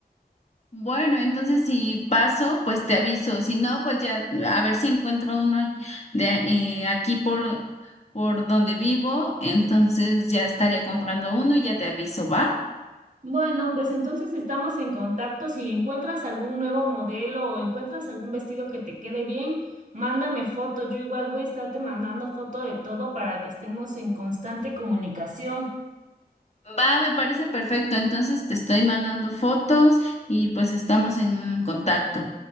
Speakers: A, on the left (about 40°); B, on the right (about 50°).
A: Bueno, entonces si paso, pues te aviso. Si no, pues ya a ver si encuentro uno ac- de eh, aquí por por donde vivo. Entonces ya estaría comprando uno y ya te aviso, ¿va?
B: Bueno, pues entonces estamos en contacto. Si encuentras algún nuevo modelo o encuentras algún vestido que te quede bien, mándame foto. Yo igual voy a estarte mandando foto de todo para que estemos en constante comunicación.
A: Va, me parece perfecto. Entonces te estoy mandando fotos y pues estamos en contacto.